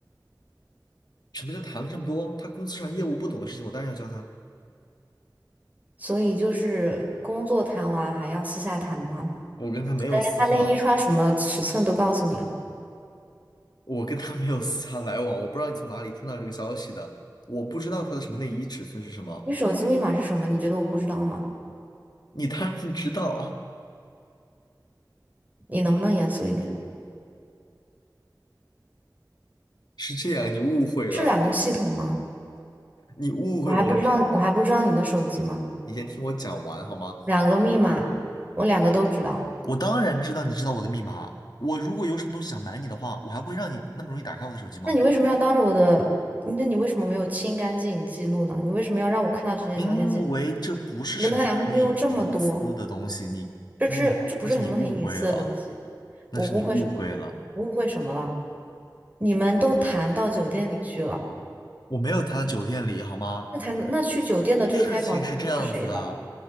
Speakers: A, on the left; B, on the right.
A: 什么叫谈了这么多？他公司上业务不懂的事情，我当然要教他。
B: 所以就是工作谈完还要私下谈吗？
A: 我跟他没有私下来，
B: 连他内衣穿什么尺寸都告诉你了，
A: 我跟他没有私下来往，我不知道你从哪里听到这个消息的，我不知道他的什么内衣尺寸是什么，
B: 你手机密码是什么？你觉得我不知道吗？
A: 你当然知道。
B: 你能不能严肃一点？
A: 是这样，你误会了，
B: 是两个系统吗？
A: 你误会我了你先
B: 我还不知道，我还不知道你的手机吗？
A: 你先听我讲完好吗？
B: 两个密码，我两个都知道。
A: 我当然知道你知道我的密码。我如果有什么东西想瞒你的话，我还会让你那么容易打开我的手机吗？
B: 那你为什么要当着我的？那你为什么没有清干净记录呢？你为什么要让我看到这些聊天记录？
A: 因为这不是什么可以隐私的东西，
B: 你跟他聊天记录这么多，
A: 你，
B: 这是这不是很什么很隐私的东西？
A: 你那是你误会了，那是你误会了。
B: 我误会什么了？我误会什么了？你们都谈到酒店里去了，
A: 我没有谈的酒店里，好吗？
B: 那谈那去酒店的这个开房记录是谁的？
A: 事情是这样子的，